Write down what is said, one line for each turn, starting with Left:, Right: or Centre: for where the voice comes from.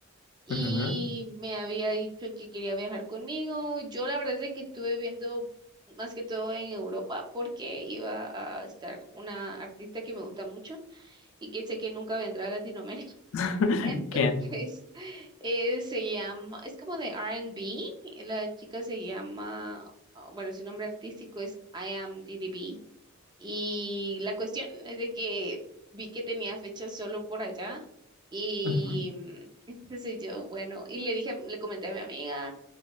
Right: y
Left: Ujú.
Right: me había dicho que quería viajar conmigo. Yo la verdad es de que estuve viendo más que todo en Europa porque iba a estar una artista que me gusta mucho y que sé que nunca vendrá a Latinoamérica.
Left: <laughs>
Right: Entonces,
Left: ¿Quién?
Right: <laughs> eh, se llama, es como de R y B la chica se llama, ah, bueno, su nombre artístico es I Am DDB y la cuestión es de que vi que tenía fechas solo por allá y
Left: Ujú.
Right: mm, <laughs> entonces yo, bueno, y le dije, a- le comenté a mi amiga,